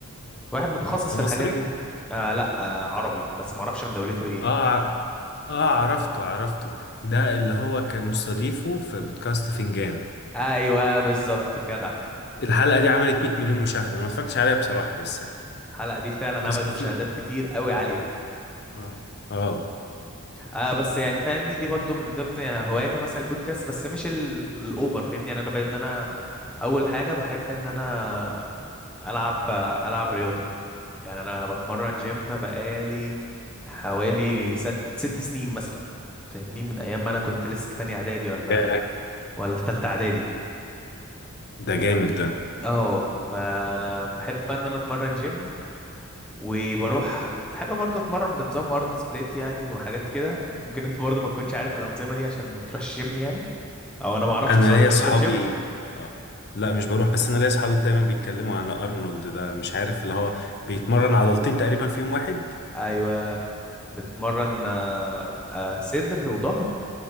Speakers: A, in the centre; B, on the left.
A: واحد متخصص
B: ده
A: في
B: مصري
A: الحاجات دي آه لا آه عربي بس ما اعرفش من دولته ايه
B: اه
A: يعني
B: ع- اه عرفته عرفته ده اللي هو كان مستضيفه في بودكاست فنجان
A: ايوه بالظبط جدع
B: الحلقة دي عملت 100 مليون مشاهدة انا ما اتفرجتش عليها بصراحة بس
A: الحلقه دي فعلا
B: ناس
A: عملت
B: كتير
A: مشاهدات كتير قوي عاليه
B: اه اه
A: آه بس يعني فاهمني دي برضو من ضمن هواياتي مثلا البودكاست بس مش ال- الاوفر فاهمني يعني انا بان انا اول حاجه بحب ان انا العب العب رياضه يعني انا بتمرن جيم بقالي حوالي ست ست سنين مثلا فاهمني من ايام ما انا كنت لسه في تانية اعدادي ولا
B: ده
A: ولا في تالتة اعدادي
B: ده جامد ده
A: اه فانا بحب بقى ان انا اتمرن جيم وبروح بحب برضه اتمرن بنظام ارنولد سبليت يعني وحاجات كده ممكن انت برضه ما تكونش عارف الانظمه دي عشان ما بتروحش جيم يعني او انا ما اعرفش
B: انا
A: بصراحه
B: ليا
A: انت
B: اصحابي
A: بتروح جيم
B: آه. لا مش بروح بس انا ليا اصحابي دايما بيتكلموا على ارنولد ده مش عارف اللي هو بيتمرن عضلتين تقريبا في يوم واحد
A: ايوه بتمرن آه، آه، صدر وظهر